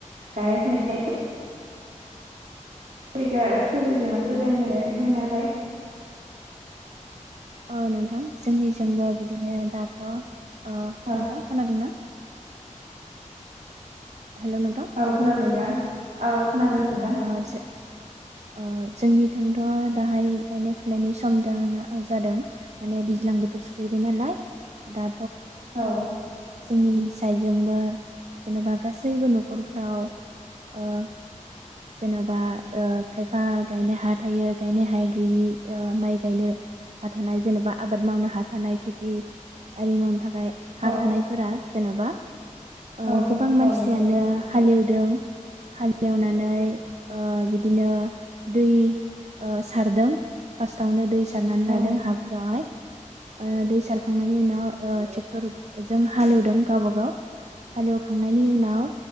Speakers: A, on the right; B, on the right.
A: गायनाय फुनाय सो। <inaudible> जायगा सोलिदोंना सोलियाखै एसे खोनथालाय।
B: ओ नोंथां जोंनिजोंबो बिदिनो दाथ' ओ
A: ओ
B: नोंथां खोनादोंना। हेल' नोंथां
A: औ खोनादों नोंथां। औ खोनादों। नोंथां
B: ओ ज ओ जोंनिथिंथ' दाहाय गायनाय फुनायनि सम जानाजादों माने दैज्लां बोथोर सफैबाय नालाय दा
A: औ
B: जोंनि साइडजोंबो जेनेबा गासैबो न'खरफ्राव ओ जेनेबा ओ खायफा गायनो हा थायो गायनो हाया गैयि ओ माइ गायनो हा थानाय जेनेबा आबाद मावनो हा थानाय खेथि आरि मावनो थाखाय ओमफ्राय हा
A: अ
B: थानायफोरा जेनेबा ओ
A: औ
B: गोबां मानसियानो
A: औ नंगौ नोंथां
B: हालेवदों हालएवनानै <inaudible> ओ बिदिनो दै ओ सारदों फारस्तावनो दै सार सारनानै
A: औ
B: लादों हाफोरावहाय ओ दै सारखांनायनि उनाव ओ ट्रेक्टरजों हालेवदों गावबाागाव हालेवखांनायनि उनाव